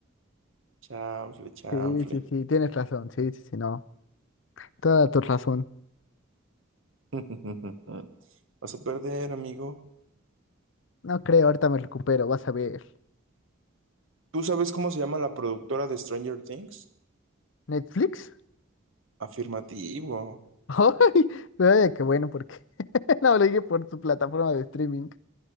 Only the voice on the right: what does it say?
Chanfle, chanfle.
<laughs> Vas a perder, amigo.
¿Tú sabes cómo se llama la productora de Stranger Things?
Afirmativo.